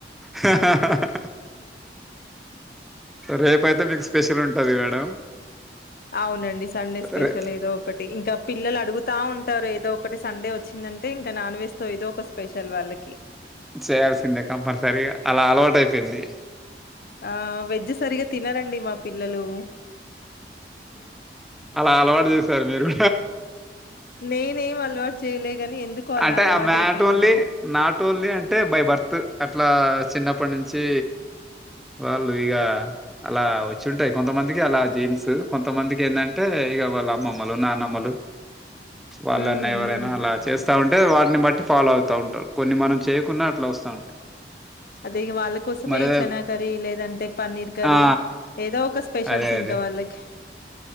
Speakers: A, in the centre; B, on the left.
A: హ హ రేపు అయితే మీకు స్పెషల్ ఉం సరే మేడం
B: అవును అండి సండే స్పెషల్
A: రే
B: ఏదో ఒకటి ఇంకా పిల్లలు అడుగుతా ఉంటారు, ఏదో ఒకటి సండే వచ్చింది. అంటే ఇంక నాన్ వెెజ్ తో ఏదో ఒక స్పెషల్ వాళ్ళకి
A: చేయాల్సిందే కంపల్సరిగా అలా అలవాటయిపోయింది
B: ఆ వెజ్జ్ సరిగా తినరండి మా పిల్లలు
A: అలా అలవాటు చేశారు మీరు
B: నేనేం అలవాటు చేయలే గాని ఎందుకో అలా
A: అంటే
B: అలవాటు
A: ఆ మాటో
B: అయిపోయింది
A: ఓన్లీ నాట్ ఓన్లీ అంటే బై బర్త్ అట్లా చిన్నప్పటి నుంచి వాళ్ళు ఇగా అలా వచ్చుంటయి కొంతమందికి అలా జీన్స్ కొ కొంత మందికి ఏంది అంటే ఇగా వాళ్ళ అమ్మమ్మలు నానమ్మలు వాళ్ళ
B: హ్మ్
A: ఎవరైనా
B: హ్మ్
A: అలా చేస్తా ఉంటే వాటిని బట్టి ఫాలో అవుతా ఉంటారు కొన్ని మనం చేయకున్నా అట్లా వస్తా ఉంటాయి
B: అది వాళ్ళ కోసమే
A: మరే
B: ఈ చనా కర్రీ లేదంటే పన్నీర్ కర్రీ
A: ఆ
B: ఏదో ఒక స్పెషల్
A: అదే
B: సిం ఇంక
A: అదే
B: వాళ్ళకి